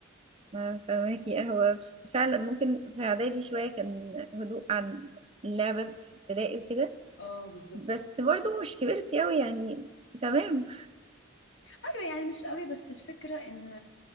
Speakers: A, on the right; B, on the left.
A: ما فهماكي قهوة فعلا ممكن في إعدادي شوية كان هدوء عن اللعبة في ابتدائي وكده
B: اه بالظبط
A: بس برضو مش كبرت أوي يعني تمام
B: ايوه يعني مش قوي بس الفكره ان